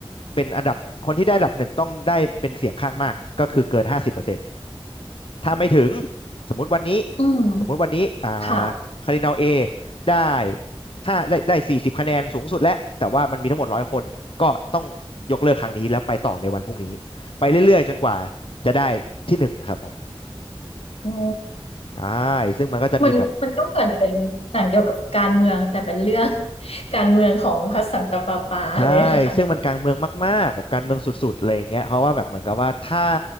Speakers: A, on the left (about 65°); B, on the left (about 80°).
A: เป็นอันดับคนที่ได้อันดับหนึ่งต้องได้เป็นเสียงข้างมากก็คือเกินห้าสิบเปอร์เซ็นต์ถ้าไม่ถึงสมมุติวันนี้
B: อืม
A: สมมุติวันนี้อ่า
B: ค่ะ
A: คารดินัลเอได้ห้าได้ได้สี่สิบคะแนนสูงสุดแล้วแต่ว่ามันมีทั้งหมดร้อยคนก็ต้องยกเลิกครั้งนี้แล้วไปต่อในวันพรุ่งนี้ไปเรื่อยๆจนกว่าจะได้ที่หนึ่งนะครับผม
B: อ๋อ
A: ใช่ซึ่งมันก็จะมีแบบ
B: มันมันก็เหมือนเป็นหนังเกี่ยวกับการเมืองแต่เป็นเรื่อง <laughs> การเมืองของพระสันตะปาปาเลยนะคะเนี่ย
A: ใช่ ซึ่งมันการเมืองมากๆแบบการเมืองสุดๆอะไรอย่างเงี้ยเพราะว่าแบบเหมือนกับว่าถ้า